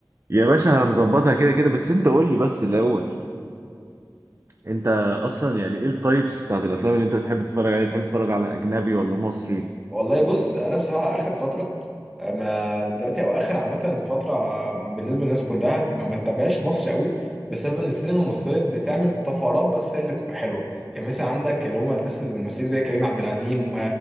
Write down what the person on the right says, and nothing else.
يا باشا هنظبطها كده كده بس انت قول لي بس الاول انت اصلا يعني ايه التايبس بتاعت الافلام اللي انت بتحب تتفرج عليها تحب تتفرج على اجنبي ولا مصري